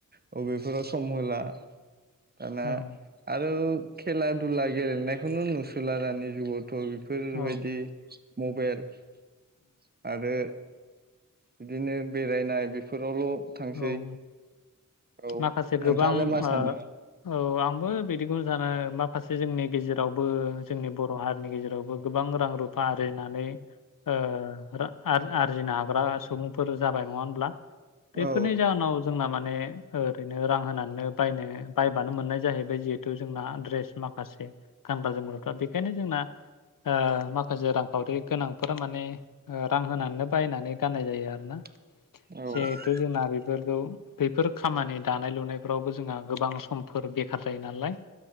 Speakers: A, on the right (about 30°); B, on the left (about 80°).
A: औ बेफोराव सम होला दाना
B: औ
A: आरो खेला दुला गेलेन नायखौनो नुसोला दानि जुगावथ थ' बेफोरबायदि
B: औ उम
A: मबाइल <inaudible> आरो बिदिनो बेरायनाय बेफोरावल' थांसै
B: औ औ
A: औ
B: माखासे गोबां
A: नोंथाङालाय मा
B: ओ
A: सानो
B: औ आंबो बिदि खौ जानो माख माखासे जोंनि गेजेरावबो जोंनि बर' हारिनि गेजेरावब गोबां रां रुफा आरिनानै ओ रा आर-आरजिनो हाग्रा सुबु फोर जाबाय नङा होनब्ला? बेफोरनि
A: औ
B: जाहोनाव जों ना माने ओरैनो रां होनानैनो बायनो बायबानो मोननाय जाहैबाय जिहेथु जोंना द्रेस माखासे। गानग्रा जोमग्राफ्रा बेखायनो जोंना ओ माखासे रांखाउरि गोनांफोरा माने ओ रां होनानैनो बायनानै गाननाय जायो आरोना।
A: औ।
B: जिहेथु जोंना बेफोरखौ बेफोर खामानि दानाय लुनायफोरावबो जोंहा गोबां समफोर बेखार जायो नालाय।